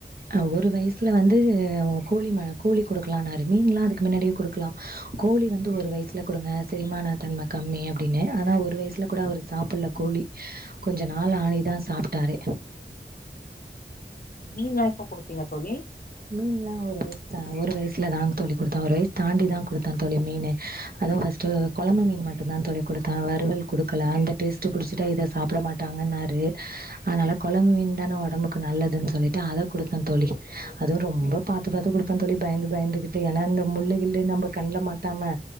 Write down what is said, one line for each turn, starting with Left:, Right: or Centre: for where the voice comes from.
Right: ஆ ஒரு வயசுல வந்து கோழி ம கோழி குடுக்கலாம்னாரு மீன் எல்லா அதுக்கு முன்னடியே குடுக்கலா கோழி வந்து ஒரு வயசுல குடுங்க செரிமான தன்மை கம்மி அப்டின்னு ஆனா ஒரு வயசுல கூட அவ்ரு சாப்ட்ல கோழி கொஞ்ச நாள் ஆயிதா சாப்ட்டாரு
Left: மீன்லா எப்ப குடுத்தீங்க தோழி
Right: மீன்ல்லா ஒரு வயசு தா ஒரு வயசுலதா தோழி குடுத்தே ஒரு வயசு தாண்டிதா குடுத்தே தோழி மீனு அதுவும் ஃபர்ஸ்ட் கொழம்பு மீனு மட்டும் தா தோழி குடுத்தே வறுவல் குடுக்கல அந்த டேஸ்ட் புடிச்ட்டா இத சாப்ட மாட்டாங்கன்னாரு அதனால கொழம்பு மீனு தான ஒடம்புக்கு நல்லதுன்னு சொல்லிட்டு அத குடுத்தே தோழி அதுவும் ரொம்ப பாத்து பாத்து குடுப்ப தோழி பயந்து பயந்துகிட்டு ஏன்னா இந்த முல்லுகில்லு நம்ம கண்ல மாட்டாம